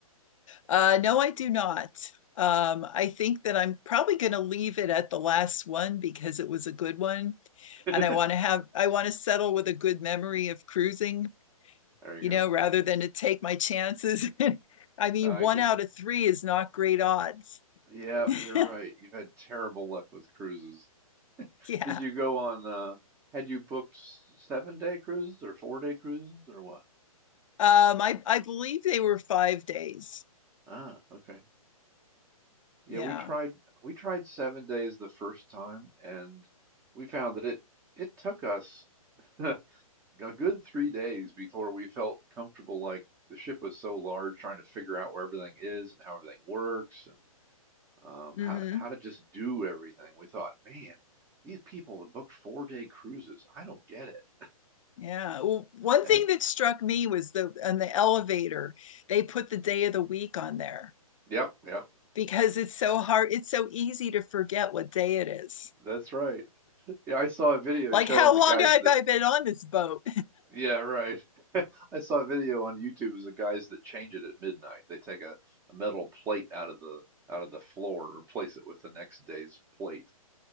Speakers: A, on the left (about 60°); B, on the right (about 15°).
A: Uh, no, I do not. Um, I think that I'm probably going to leave it at the last one because it was a good one,
B: <laughs>
A: and I want to have I want to settle with a good memory of cruising,
B: There you
A: you
B: go.
A: know, rather than to take my chances. <laughs> I mean,
B: I
A: one
B: can.
A: out of three is not great odds.
B: Yeah, you're
A: <laughs>
B: right. You've had terrible luck with cruises.
A: Yeah.
B: Did you go on, uh, had you booked seven day cruises or four day cruises or what?
A: Um, I I believe they were five days.
B: Ah, okay. Yeah,
A: Yeah.
B: we tried we tried seven days the first time and we found that it it took us <laughs> a a good three days before we felt comfortable. Like the ship was so large, trying to figure out where everything is and how everything works and um,
A: hmm
B: how to, how to just do everything. We thought, man, these people that book four day cruises, I don't get it.
A: Yeah. Well, one
B: Eh,
A: thing that struck me was the on the elevator, they put the day of the week on there.
B: Yep, yep,
A: because it's so hard. It's so easy to forget what day it is.
B: that's right. Yeah, I saw a video
A: Like,
B: showing
A: how
B: the
A: long
B: guys
A: have
B: that.
A: I been on this boat?
B: Yeah, right. <laughs> I saw a video on YouTube of the guys that change it at midnight. They take a, a metal plate out of the out of the floor and replace it with the next day's plate.